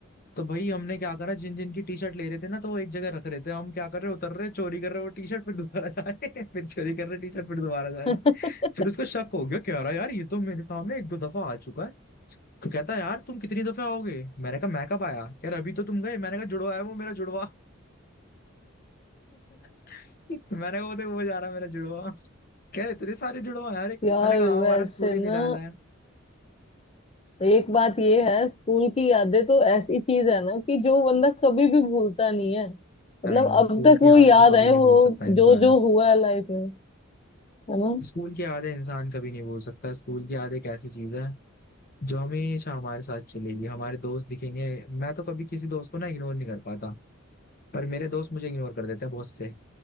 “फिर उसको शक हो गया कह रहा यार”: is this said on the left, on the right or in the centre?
Left